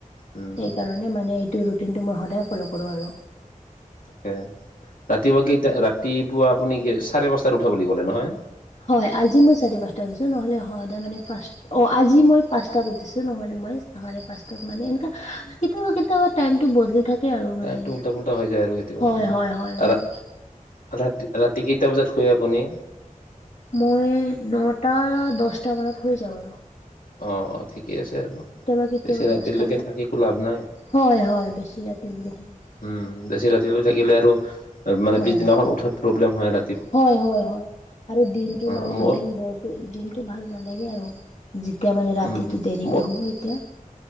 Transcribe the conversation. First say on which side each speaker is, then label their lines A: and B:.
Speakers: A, on the left; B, on the left.
A: উম
B: সেই শকাৰণে মানে এইটো ৰুটিনটো মই সদায় ফ'ল' কৰো আৰু
A: তাকে ৰাতিপুৱা কেইটা ৰাতিপুৱা আপুনি কি চাৰে পাঁচটাত উঠা বুলি ক'লে নহয়
B: হয় আজি মই চাৰি পাঁচটা উঠিছো নহ'লে হয় সদায় মানে ফাৰ্ষ্ট অ আজি মই পাঁচটাত উঠিছো নহলে মই চাৰে পাঁচটা মানত এনেকা কেতিয়াবা কেতিয়াবা টাইম বদলি থাকে আৰু মানে
A: টাইমটো উল্টা পুল্টা হৈ যায় আৰু কেতিয়াবা
B: হয়
A: উম
B: হয় হয়
A: আৰু
B: মানে
A: ৰা ৰাতি কেইটা বজাত শুয়ে আপুনি
B: মই নটা দহটা মানত শুই যাও আৰু
A: অ অ ঠিকে আছে আৰু
B: কেতিয়াবা কেতিয়াবা
A: বেছি ৰাতিলৈকে
B: দহটাতে
A: থাকিতো লাভ নাই
B: হয় হয় বেছি ৰাতিলৈকে থাকিব
A: উম বেছি ৰাতিলৈ থাকিলে আৰু মানে
B: হয়
A: পিছদিনাখন
B: হয়
A: উঠাত প্ৰব্লেম হয় ৰা
B: হয় হয় হয় আৰু দিনটো
A: অ
B: মানে
A: মোৰ
B: দিন বৰতো দিনটো ভাল নালাগে আৰু যেতিয়া মানে ৰাতিটো
A: উম
B: দেৰিকে
A: মোৰ
B: হ'ব এতিয়া